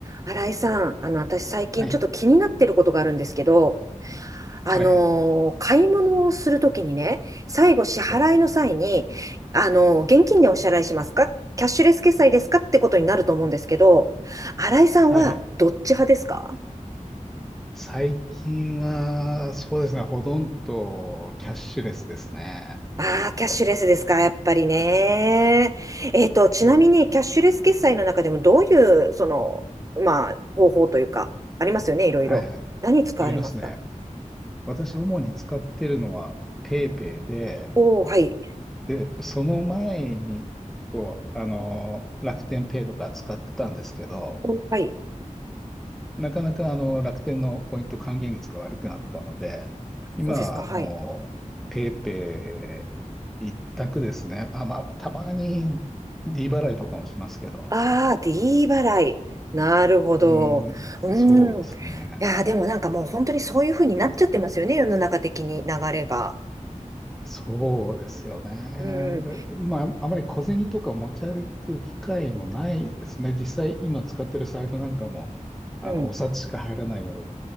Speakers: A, on the right; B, in the centre.
A: 新井さん、あの、私最近ちょっと気になってることがあるんですけど、
B: はい。
A: あのー買い物をするときにね、
B: はいはい。
A: 最後支払いの際に、
B: ええ。
A: あのー現金でお支払いしますかキャッシュレス決済ですかってことになると思うんですけど、新井さんはどっち派ですか
B: はい。最近は、そうですね、ほとんどキャッシュレスですね。
A: ああー、キャッシュレスですか、やっぱりね。えっと、ちなみにキャッシュレス決済の中でもどういう、
B: うん
A: その、まあ、方法というか、ありますよね、いろいろ。
B: はいはい。
A: 何使われますか
B: ありますね。私、主に使ってるのは PayPay で、
A: おおー、はい。
B: で、その前に、こう、あの、楽天ペイとか使ってたんですけど、
A: おーはい。
B: なかなかあの楽天のポイント還元率が悪くなったので、今はもう
A: そうですか、はい。
B: PayPay 一択ですね。あ、まあ、たまに利払いとかもしますけど。
A: ああ、D 払い。なるほど。
B: うん、
A: うーん。
B: そうですね。
A: いやー、でもなんかもう本当にそういう風になっちゃってますよね、世の中的に流れが。
B: そうですよね。
A: うん、
B: 今、あまり小銭とか持ち歩く機会もないですね。実際、今使ってる財布なんかも、あの、
A: うん。
B: お札しか入らないよ